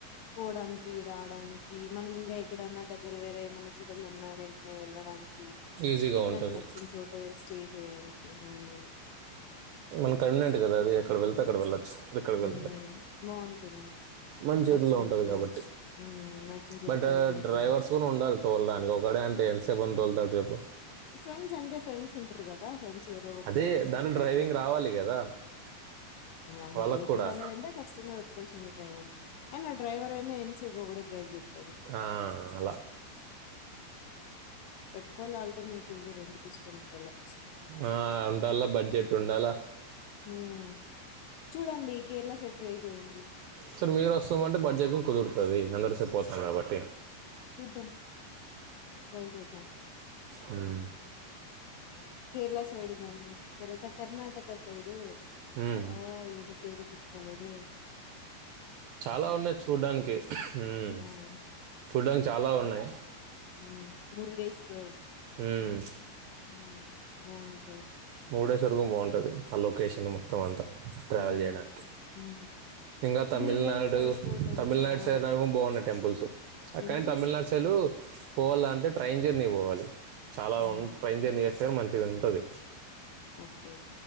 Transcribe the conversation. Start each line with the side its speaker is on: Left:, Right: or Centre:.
Left: పోడానికి రాడానికి మనం ఇంకా ఎక్కడన్నా దగ్గర వేరే ఏమన్నా చూడలన్నా వెంటనే వెళ్ళడానికి కి
Right: ఈజీగా
Left: ఎక్కడన్నా
Right: ఉంటుంది
Left: నచ్చిన చోటే స్టే చేయడానికి హ్మ్
Right: మనకి కన్వినయింట్ కదా అది అక్కడ వెళ్తే అక్కడ వెళ్ళచ్చు ఇక్కడికి వెళ్తే
Left: మ్మ్
Right: అక్క
Left: బాగుంటుంది
Right: మన్ చేతుల్లో
Left: నచ్చింది
Right: ఉంటుంది
Left: తినొచ్చు
Right: కాబట్టి
Left: హ్మ్ నచ్చిన చోట
Right: బట్
Left: కొనుక్కొని
Right: డ్రైవర్స్
Left: తినొచ్చు
Right: కూడా ఉండాలి తోలడానికి ఒకడే అంటే ఎంతసేపు అని తోలుతాడు చెేప్పు
Left: ఫ్రెండ్స్ అంటే ఫ్రెండ్స్ ఉంటారు కదా ఫ్రెండ్స్ ఎవరురు
Right: అదే
Left: ట్రై చేస్తారు
Right: దాంట్లో
Left: డ్రైవ్
Right: డ్రైవింగ్
Left: చేస్త
Right: రావాలి కదా
Left: అని
Right: వాళ్ళకు
Left: ఎవరికి
Right: కూడా
Left: రాలేదంటే ఖచ్చితంగా పెట్టుకోవాల్సింది డ్రైవర్ అయిన ఆ డ్రైవర్ అయినా ఎంసేపు కూడా డ్రైవ్ చేస్తాడు
Right: ఆ, అలా
Left: పెట్టుకోవాలి ఆల్టర్నేటివ్ ని గా రండి తీసుకునిండిల్లా
Right: ఆ ఉండాల బడ్జెట్ ఉండాలా
Left: హ్మ్ చూడండి కేరళ సైడ్ ట్రై చేయండి
Right: సరే మీరు వస్తామంటే బడ్జెట్ కుదురుతు వస్తుది అందరుసేపు పోతాం కాబట్టి
Left: చూద్దాం ట్రై చేద్దాం
Right: హ్మ్
Left: కేరళ సైడ్ గాని తర్వాత కర్ణటక సైడ్
Right: మ్మ్.
Left: ఆ ఏదో పేరే గుర్తు అలేదే
Right: చాలా ఉన్నాయి చూడ్డానికి హ్మ్
Left: ఆ
Right: చూడ్డానికి చాలా ఉన్నాయి
Left: హ్మ్ మురుడేశ్వర్
Right: హ్మ్
Left: హ్మ్ బాగుంటాయి
Right: మురుదేశ్వర్ కూడా బాగుంటుంది ఆ లొకేషన్ మొత్తం అంతా ట్రావెల్
Left: ఉమ్,
Right: చేయడానికి
Left: ఉమ్.
Right: ఇంకా తమిళనాడు
Left: గ్రీనరీ సైడ్ పోలంటే
Right: తమిళనాడు
Left: ఆ
Right: సైడ్ అ పోవాలంటే బాగున్నాయి. టెంపుల్స్
Left: టెంపుల్స్
Right: కానీ, తమిళనాడు సైడ్ పోవాల అంటే, ట్రైన్ జర్నీ పోవాలి చాలా
Left: ఆహా
Right: ఉంట ట్రైన్ జర్నీస్ మంచిగ ఉంటది
Left: ఓకే